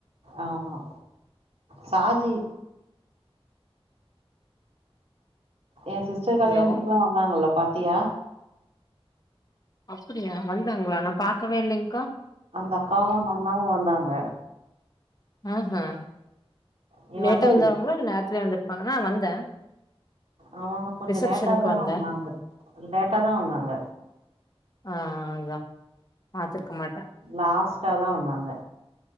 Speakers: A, on the right (about 80°); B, on the left (about 40°).
A: ஆமா சாஜி ஏ சிஸ்டர் கல்யாணத்துக்குலா
B: ஹலோ
A: வந்தாங்கல்ல பாத் த்தியா
B: அப்டியா வந்தாங்களா நா பாக்கவே இல்லைங்கா
A: அந்த அக்காவு அந்த அண்ணாவு வந்தாங்க
B: ஆஹ் ஹ்
A: நீ
B: லேட்டா
A: வந்த
B: வந்தாங்களா இல்ல நேர்த்லே வந்ரு பாங்க வந்தே
A: அவங்க கொஞ்ஜோ
B: ரிசப்ஷனுக்கு
A: லேட்டாதா
B: வந்தே
A: வந்தாங்க லேட்டாதா வந்தாங்க
B: ஆஹ் அதா பாத்ருக்க மாட்
A: லாஸ்ட்டாதா வந்தாங்க